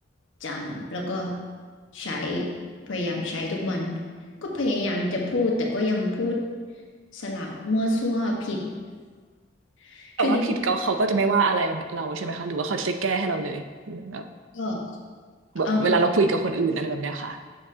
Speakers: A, on the left (about 75°); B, on the right (about 85°).
A: จำแล้วก็ใช้พยายามใช้ทุกวันก็พยายามจะพูดแต่ก็ยังพูดสลับมั่วซั่วผิด <laughs>
B: ๆแต่ว่าผิดก็เขาก็จะไม่ว่าอะไรเราใช่ไหมคะหรือว่าเขาจะแก้ให้เราเลย
A: คือจริง
B: แบบ
A: ๆก็
B: แบบเวลาเราคุยกับคนอื่นอะไรแบบเนี้ยค่ะ
A: เออ